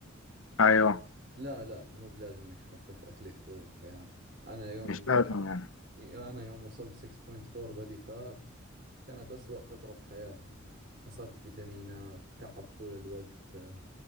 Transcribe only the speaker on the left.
أيوه
مش لازم
يعني